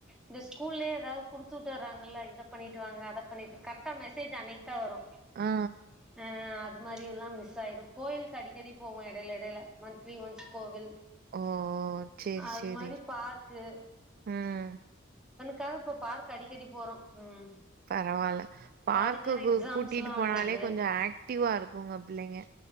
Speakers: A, in the centre; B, on the right.
A: இந்த ஸ்கூல்லயே அதாது குடுத்துட்டோர்றாங்கள இத பண்ணிட்டு வாங்க அத பண்ணிட்டு கரெக்ட்டா மெசேஜ் அனைக் த்த வரு
B: ஆ ஆ
A: அ அது அது மாரி எல்லா மிஸ் ஆயிரு கோயிலுக் அடிக்கடி போவோ எடைல எடைல மந் லீவ் ஒன்ஸ் கோவில்
B: ஓஓ சேரி
A: அது
B: சேரி
A: மாரி பார்க்கு
B: ம்
A: காக இப்ப பார்க் அடிக்கடி போறோம் ம்
B: பரவால்ல பார்க்கு
A: பாதி நேரோ எக்ஸாம்ஸ்லா
B: கூட்டிட்டு போனாலே
A: வந்துருது
B: கொஞ்ச ஆக்டிவா இருக்குங்க புள்ளைங்க